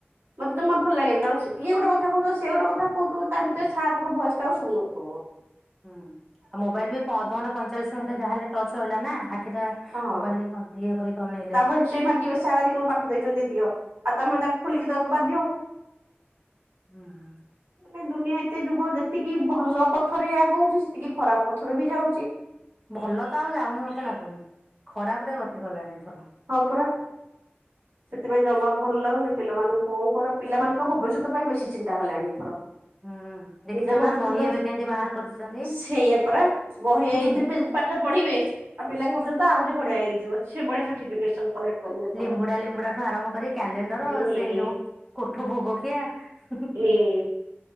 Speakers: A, on the right; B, in the centre.
A: ମତେ ଜମା ଭଲ ଲାଗେନି କାଣ ସେ ଇଏ ଗୋଟେ କଥା କହୁଥିବ ସିଏ ଗୋଟ କଥା କହୁଥିବ ତା ଭିତରେ ସାର୍ ଙ୍କ ଭଏସ୍ ଟା ଉ ଶୁବୁ ନଥୁବ। <inaudible>
B: ହୁଁ ଆଉ ମୋବାଇଲ୍ ବି ପ ଅଧଘଣ୍ଟେ ପଇଁଚାଳିଶ ମିଣ୍ଟି ଯାହା ହେଲେ ଟଚ୍ ରହିଲା ନାଁ ଆଖିଟା
A: ହଁ
B: ମୋବାଇଲ୍ ଅର ଇଏ କରିକି ନେଇଲେ।
A: ତାପରେ ସେ ମାଗିବେ ସାର୍ ଆଜି କଣ ପାଠ ଦେଇଚନ୍ତି ଦିଅ ଆଉ ତମେ ତାଙ୍କୁ ଖୋଲିକି ଦବାକୁ ବାଧ୍ୟ।
B: ହୁଁ ଆ।
A: ନାଇଁ ଦୁନିଆ ଏତେ ଯୁଗ ଯେତିକି ଭଲ ପଥରେ ଆଗଉଚି ସେତିକି ଖରାପ ପଥରରେ ବି ଯାଉଚି।
B: ଭଲ ତ ଆଉ ଯାଉନି ମତେ ଲାଗୁନି ଖରାପରେ ଗତି କଲାଣି ଏଥର।
A: ହଁ ପରା। ସେଥିପାଇଁ ଜମା ଭଲ ଲାଗୁନି ପିଲାମାନଙ୍କୁ କଣ କର ପିଲାମାନଙ୍କ ଭବିଷ୍ୟତ ପାଇଁ ବେଶୀ ଚିନ୍ତା ହେଲାଣି ଏଥର।
B: ହୁଁ ଦେଖିଛ
A: ନିଜ ଭବିଷ୍ୟ
B: ନା ବହି
A: ତ
B: ଏବେ କେମିତି ବାହାର କରିଛନ୍ତି
A: ସେଇଆ ପରା ବହି
B: ହୁଁ
A: ଏଇଥି
B: ହୁଁ
A: ପି ପାଠ ପଢିବେ ଆଉ ପିଲାଙ୍କ ଭବିଷତ ଆହୁରି ବଢିଆ ହେଇଯିବ ସେ ବଢିଆ ସଟିଫିକେଟ ସବୁ କଲେକ୍ଟ କରିବେ ଏଥର।
B: ଲିମ୍ବୁଡା ଲିମ୍ବୁଡା ଠୁ ଆରମ୍ଭ କରି କ୍ୟାଲେଣ୍ଡର
A: ହୁଁ
B: ସେ ଯୋଉ କୋଠ ଭୋଗଖିଆ। ହୁଁ ହୁଁ
A: <unintelligible>